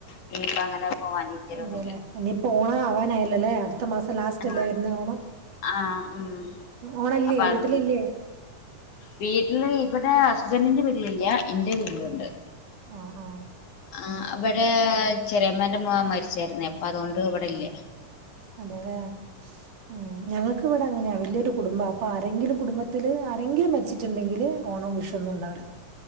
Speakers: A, on the left; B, on the right.
A: പിന്നപ്പ അങ്ങനെ പോവാൻ ഇരിക്കലൊന്നുല്ല
B: അതല്ലെ ഇനിയിപ്പം ഓണം ആവാനായില്ലല്ലേ അടുത്തത് മാസം ലാസ്റ്റ് അല്ലേ
A: ആഹ്
B: വരുന്നത് ഓണം,
A: ആഹ് ഉം
B: ഓണം ഇല്ലേ
A: അപ്പൊ അത്
B: വീട്ടില് ഇല്ലയേ
A: വീട്ടില് ഇവിടെ ഹസ്ബൻന്റിന്റെ വീട്ടിലില്ല, എന്റെ വീട്ടിലുണ്ട്
B: ആഹ ആ
A: ആ അവിടെ ചെറിയമ്മേന്റെ മോൻ മരിച്ചായിരുന്നേ, അപ്പൊ അതുകൊണ്ട് ഇവിടില്ല
B: അതെല്ലേ ഉം ഞങ്ങൾക്ക് ഇവിടെ അങ്ങനെയാ വലിയൊരു കുടുംബ അപ്പൊ ആരെങ്കിലും കുടുംബത്തില് ആരെങ്കിലും മരിച്ചിട്ടുണ്ടെങ്കില് ഓണോ വിഷുന്നുണ്ടാവില്ല